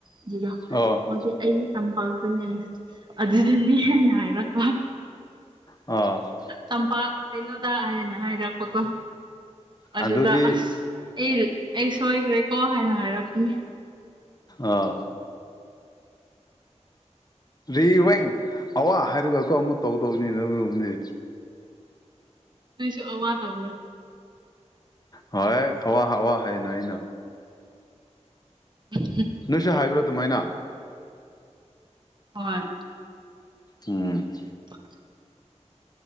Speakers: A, on the right (about 40°); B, on the left (about 35°).
A: ꯑꯗꯨꯗ
B: ꯑꯣ
A: ꯃꯗꯤ ꯑꯩ ꯇꯝꯄꯥꯛꯇꯅꯦ ꯑꯗꯨꯗꯅꯦ ꯍꯥꯏꯅ ꯍꯥꯏꯔꯛꯀꯣ
B: ꯑ
A: ꯇꯝꯄꯥꯛ ꯀꯩꯅꯣꯗ ꯍꯥꯏꯅ ꯍꯥꯏꯔꯛꯄꯗꯣ
B: ꯑꯗꯨꯗꯤ
A: ꯑꯗꯨꯗ ꯑꯁ ꯑꯦ ꯑꯩ ꯁꯣꯏꯈ꯭ꯔꯦ ꯀꯣ ꯍꯥꯏꯅ ꯍꯥꯏꯔꯛꯄꯅꯦ
B: ꯑꯣ ꯔꯤ ꯋꯥꯦꯡ ꯑꯋꯥ ꯍꯥꯏꯔꯒ ꯑꯩꯈꯣꯏ ꯑꯃꯨꯛ ꯇꯧꯗꯕꯅꯤ ꯑꯗꯨꯅꯤ
A: ꯅꯣꯏꯁꯨ ꯑꯋꯥ ꯇꯧꯕ꯭ꯔꯥ
B: ꯍꯣꯏ ꯑꯋꯥ ꯑꯋꯥ ꯍꯥꯏꯅ ꯑꯩꯅ
A: ꯎꯝ
B: ꯅꯣꯏꯁꯨ ꯍꯥꯏꯕ꯭ꯔꯥ ꯑꯗꯨꯃꯥꯏꯅ
A: ꯍꯣꯏ
B: ꯎꯝ
A: <inaudible>